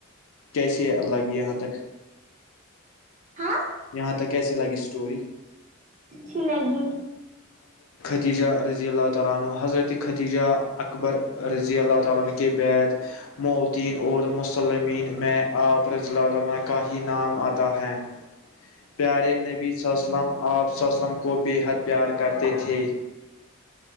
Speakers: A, on the left; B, on the right.
A: کیسے لگے یہاں تک
B: ہاں
A: یہاں تک کیسی لگی اسٹوری
B: اچھی لگی
A: ختیجہ رضی اللہ تعالی عنہ حضرت ختیجہ اکبر رضی اللہ تعالیہ کے بعد متیین اور مسلمین میں آپ رضی الله کا ہی نام آتا ہے پیارے نبی صلی اللہ علیہ وسلم آپ صلی اللہ علیہ وسلم کو بے حد پیار کرتے تھے